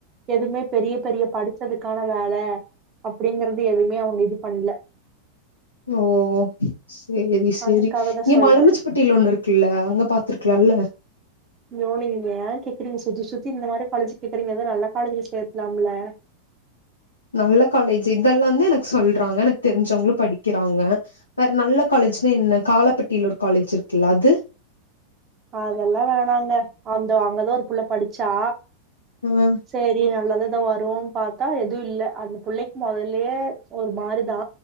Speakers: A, on the right; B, on the left.
A: எதுவுமே பெரிய பெரிய படிச்சதுக்கான வேல அப்படிங்கிறது எதுவுமே அவங்க இது பண்ல
B: ஓ சேரி சேரி
A: அதுக்காக தா
B: இங்க
A: சொல்றே
B: மலமச்ச ம்பட்டில ஒண்ணு இருக்குல்ல அங்க பாத்துருக்கலால்ல
A: யோநீங்க ஏ கேக்குறீங்க சுத்தி சுத்தி இந்த மாரி காலேஜ் கேக்குறீங்க எதா நல்ல காலேஜ்ல சேத்லாம்ல
B: நல்ல காலேஜ் இதெல்லா தா எனக்கு சொல்றாங்க எனக்கு தெரிஞ்சவங்களு படிக்கிறாங்க வேற நல்ல காலேஜ்ன்னா என்ன காலப்பட்டியில ஒரு காலேஜ் இருக்குல்ல அது
A: அதெல்லா வேணாங்க அந்த அங்கதா ஒரு புள்ள படிச்சா
B: ம்
A: சரி நல்லாத தா வருன்னு பாத்தா எதுவு இல்ல அந்த புள்ளக்கி முதலயே ஒரு மாரிதா